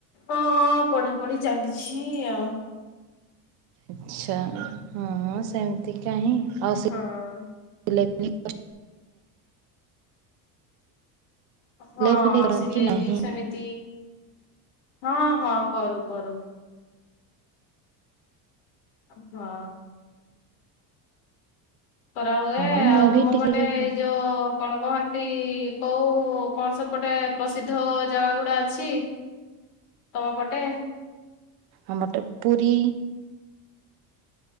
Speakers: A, on the left; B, on the right.
A: ହଁ ପଢାପଢି ଚାଲି ଛି ଆଉ।
B: ଆଛା ହଁ ସେମିତି କାହିଁ ଆଉ
A: ହଁ।
B: <unintelligible>
A: ହଁ
B: ଫିଲେଇ କରନ୍ତି
A: ସିଲେଇ
B: କି ନାହିଁ
A: ବି ସେମିତି ହଁ- ହଁ କରୁ କରୁ ହଁ। କରା ହୁଏ,
B: ହଁ
A: ଆଉ
B: ମୁଁ ବି
A: ତୁମ
B: ଟିକେ
A: ପଟେ
B: ଟିକେ
A: ଏଇ ଯୋଉ କଣ କହ କୋଉ କଣ ସବୁ ଗୋଟେ ପ୍ରସିଦ୍ଧ ଜାଗା ଗୁଡା ଅଛି? ତମ ପଟେ?
B: ଆମରଟେ ପୁରୀ।